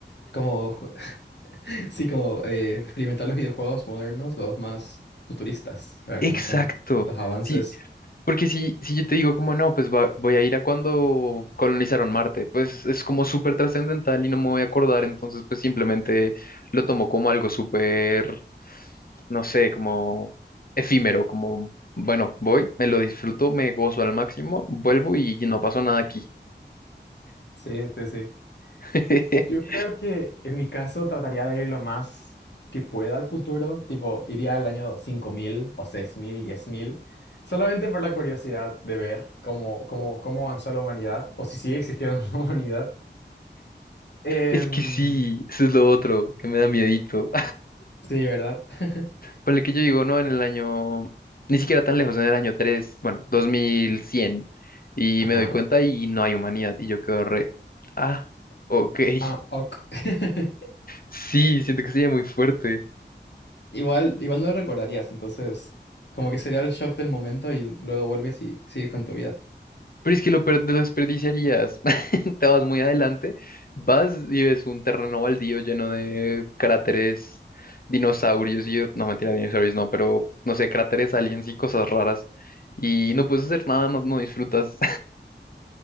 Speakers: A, on the left; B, on the left.
A: Como, <laughs> sí, como eh, experimentar los videojuegos modernos, los más futuristas, ¿verdad?
B: Exacto.
A: Como son los avances.
B: Sí, Porque si, si yo te digo como no, pues va- voy a ir a cuando colonizaron Marte, pues es como súper trascendental y no me voy a acordar, entonces pues simplemente lo tomo como algo súper, no sé, como efímero, como, bueno, voy, me lo disfruto, me gozo al máximo, vuelvo y no pasó nada aquí.
A: Sí, sí, sí.
B: <laughs>
A: Yo creo que en mi caso trataría de ir lo más que pueda al futuro, tipo iría al año 5000 o seis mil, diez mil, solamente por la curiosidad de ver cómo, cómo, cómo avanzó la humanidad o si sigue existiendo <laughs> la humanidad. Em,
B: Es que sí, eso es lo otro que me da miedito.
A: sí, ¿verdad? <laughs>
B: Ponle que yo digo, ¿no? En el año, ni siquiera tan lejos, en el año 3 bueno, 2100 y
A: Ajá.
B: me doy cuenta y no hay humanidad, y yo quedo re, ah, ok, <laughs>
A: Ah, ok. <laughs>
B: sí, siento que sería muy fuerte,
A: Igual, igual no lo recordarías, entonces como que sería el shock del momento y luego vuelves y sigues con tu vida.
B: pero es que lo per- lo desperdiciarías, <laughs> te vas muy adelante, vas y ves un terreno baldío lleno de cráteres, dinosaurios, y yo, no, mentira, dinosaurios no, pero, no sé, cráteres, aliens y cosas raras, y no puedes hacer nada, no, no disfrutas,